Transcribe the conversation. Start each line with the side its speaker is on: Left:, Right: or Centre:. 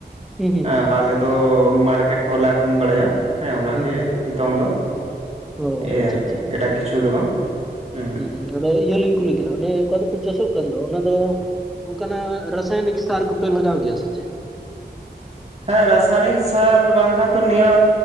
Centre: ᱦᱩᱸ ᱦᱩᱸ
Right: ᱦᱮᱸ
Centre: ᱦᱩᱸ
Right: ᱟᱞᱮ ᱫᱚ ᱢᱟᱨᱠᱮᱴ ᱠᱚᱞᱮ ᱟᱠᱷᱨᱤᱧ ᱵᱟᱲᱟᱭᱟ ᱦᱮᱸ
Centre: ᱦᱩᱸ
Right: ᱚᱱᱟᱜᱮ
Centre: ᱦᱩᱸ ᱦᱩᱸ᱾
Right: ᱱᱤᱛᱳᱝ ᱫᱚ
Centre: ᱚ
Right: ᱮᱭ
Centre: ᱟᱪᱪᱷᱟ
Right: ᱟᱨᱠᱤ
Centre: ᱟᱪᱪᱷᱟ
Right: ᱮᱴᱟᱜ ᱠᱤᱪᱷᱩ ᱫᱚ ᱵᱟᱝ ᱦᱩᱸ
Centre: ᱦᱮᱸ ᱟᱫᱚ ᱤᱭᱟᱹ ᱞᱤᱧ ᱠᱩᱞᱤ ᱠᱟᱱᱟ ᱚᱱᱮ ᱚᱠᱟ ᱫᱚᱯᱮ ᱪᱟᱥᱚᱜ ᱠᱟᱱ ᱫᱚ ᱚᱱᱟ ᱫᱚ ᱚᱱᱠᱟᱱᱟᱜ ᱨᱟᱥᱟᱭᱱᱤᱠ ᱥᱟᱨ ᱠᱚᱯᱮ ᱞᱟᱜᱟᱣ ᱜᱮᱭᱟ ᱥᱮ ᱪᱮᱫ?
Right: ᱦᱮᱸ ᱨᱟᱥᱟᱭᱚᱱᱤᱠ ᱥᱟᱨ ᱵᱟᱝᱠᱷᱟᱱ ᱛᱚ ᱱᱤᱭᱟᱹ